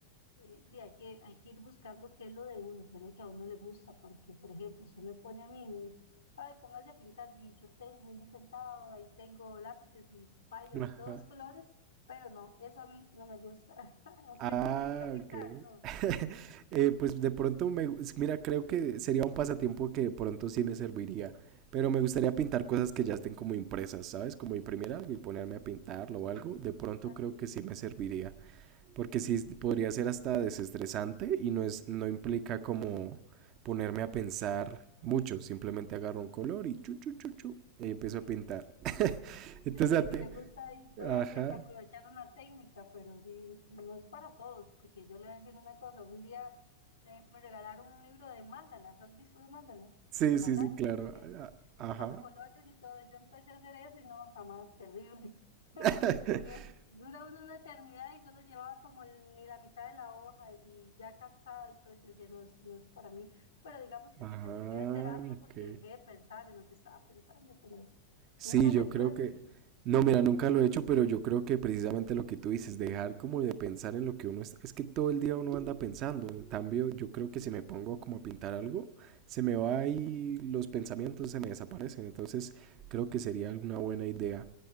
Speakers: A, on the left (about 75°); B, on the right (about 40°).
A: Eh, di, hay que, hay que ir buscando qué es lo de uno, qué es lo que a uno le gusta, porque, por ejemplo, usted me pone a mí y me dice, ay, póngase a pintar, y yo tengo, he intentado, ahí tengo lápices y pylor
B: Ajá.
A: y todos los colores, pero no, eso a mí no me gusta. <laughs> ¿A usted
B: Ah,
A: sí le gusta pintar?
B: ok.
A: No.
B: <laughs> Eh, pues de pronto, me, gu- mira, creo que sería un pasatiempo que de pronto sí me serviría, pero me gustaría pintar cosas que ya estén como impresas, ¿sabes? Como imprimir algo y ponerme a pintarlo o algo, de pronto
A: Así,
B: creo que sí me serviría, porque sí es- podría ser hasta desestresante y no es, no implica como ponerme a pensar mucho, simplemente agarro un color y chu, chu, chu, chu, y empiezo
A: sí,
B: a pintar.
A: sí.
B: <laughs> Entonces,
A: Sí, sí,
B: a
A: sí, si
B: ti-
A: le gusta ahí puede
B: ajá,
A: apl- aprovechar una técnica, pero sí, no es para todos, porque yo le voy a decir una cosa, un día eh, me regalaron un libro de mandalas, ¿has visto los mandalas?
B: sí,
A: De
B: sí,
A: mandalas,
B: sí, claro,
A: ok, sí,
B: a- ajá.
A: con colores y todo, yo empecé a hacer eso y no, jamás, terrible. <laughs>
B: <laughs>
A: Es, dura uno una eternidad y solo llevaba como el- ni la mitad de la hoja y ya cansado y todo, yo decía, no, esto no es para mí, pero digamos que
B: Ah,
A: sí me sirvió de terapia
B: ok.
A: porque dejé de pensar en lo que estaba pensando, pero...
B: Sí,
A: ¿Nunca has
B: yo
A: hecho
B: creo
A: eso?
B: que...
A: Sí.
B: No, mira, nunca lo he hecho, pero yo creo que precisamente lo que tú dices, dejar como de pensar en lo que uno está... Es que todo el día uno anda pensando. En cambio, yo creo que si me pongo como a pintar algo, se me va ahí los pensamientos, se me desaparecen. Entonces, creo que sería una buena idea.